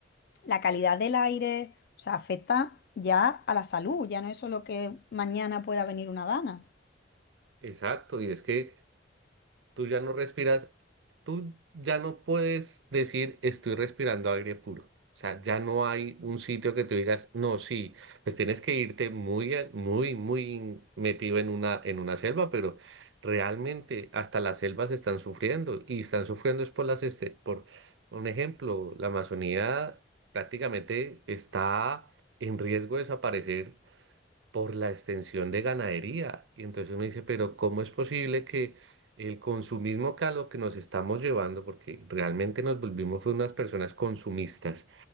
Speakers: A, on the left; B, on the right.
A: la calidad del aire, o sea, afecta ya a la salud. Ya no es solo que mañana pueda venir una dana.
B: exacto. Y es que Tú ya no respiras, tú ya no puedes decir estoy respirando aire puro. O sea, ya no hay un sitio que tú digas, no, sí, pues tienes que irte muy, a- muy, muy metido en una, en una selva, pero realmente hasta las selvas están sufriendo y están sufriendo es por las, este, por un ejemplo, la Amazonía prácticamente está en riesgo de desaparecer por la extensión de ganadería. Y entonces uno dice, pero ¿cómo es posible que el consumismo que a lo que nos estamos llevando, porque realmente nos volvimos fue unas personas consumistas,